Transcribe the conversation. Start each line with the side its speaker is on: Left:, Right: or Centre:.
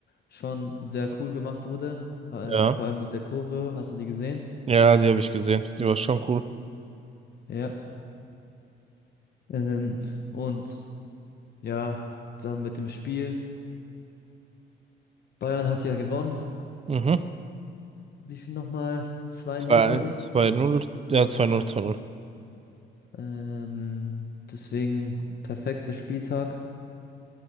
Left: schon sehr cool gemacht wurde. Ähm,
Right: Ja.
Left: vor allem mit der Choreo, hast du die gesehen?
Right: Ja, die habe ich gesehen. Die war schon cool.
Left: Ja. Ähm, und ja, dann mit dem Spiel. Bayern hat ja gewonnen.
Right: Mhm.
Left: Wie viel nochmal? Zwei
Right: zwei
Left: Null, glaube ich.
Right: zwei null ja, zwei null zwei null
Left: Ähm, deswegen perfekter Spieltag.